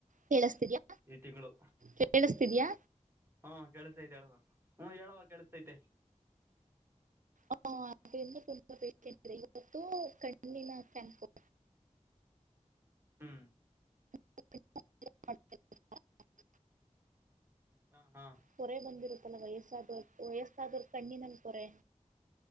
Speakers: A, on the right (about 85°); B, on the right (about 20°).
A: ಕೇಳಿಸ್ತಿದ್ಯಾ
B: ಈ ತಿಂಗಳು.
A: ಕೇಳಿಸ್ತಿದ್ಯಾ
B: ಹಾ ಕೆೇಳಿಸತೈತೆ ಹೇಳವಾ ಹ್ಮ್ ಹೇಳುವ ಕೆೇಳಸ್ತೈತೆ.
A: ಹ ಆದ್ರಿಂದ ತುಂಬಾ ಪೇಶಂಟ್
B: ಹ್ಮ್
A: ಇದೆ ಇವತ್ತು ಕಣ್ಣಿನ ಕ್ಯಾಂಪು.
B: ಹ್ಮ್
A: <unintelligible>
B: ಹ ಹಾ
A: ಪೊರೆ ಬಂದಿರುತ್ತಲ್ಲ ವಯಸ್ಸಾದೊ ವಯಸ್ತಾದೋರ್ ಕಣ್ಣಿನಲ್ಲ್ ಪೊರೆ.